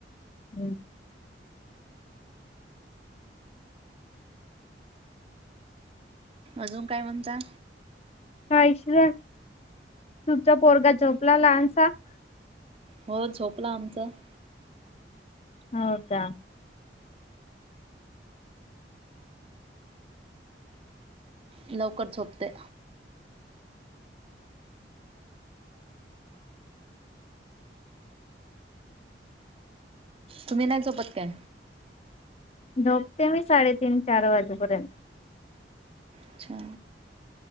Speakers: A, on the left; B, on the right.
A: बरल <inaudible>
B: अजून काय म्हणताय.
A: <inaudible>
B: हो झोपला आमचा मुलगा.
A: हो का
B: लवकर झोपते. तुम्ही नाही झोपत का?
A: झोपते मी साडेतीन चार वाजेपर्यंत,
B: अच्छा!